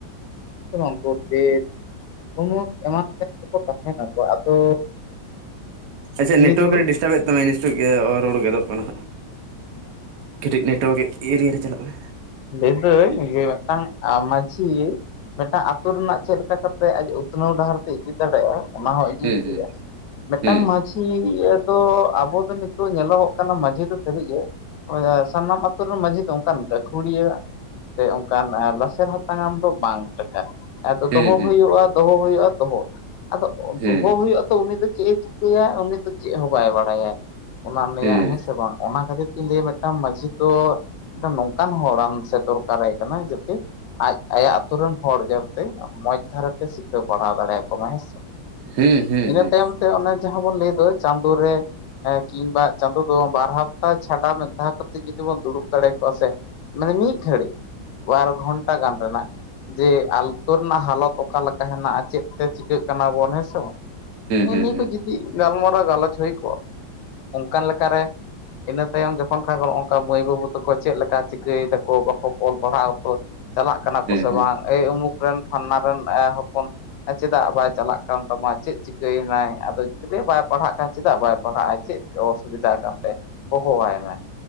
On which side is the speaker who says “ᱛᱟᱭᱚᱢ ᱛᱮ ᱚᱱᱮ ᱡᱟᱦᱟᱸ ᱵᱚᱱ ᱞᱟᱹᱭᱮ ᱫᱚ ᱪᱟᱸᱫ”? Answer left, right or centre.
Left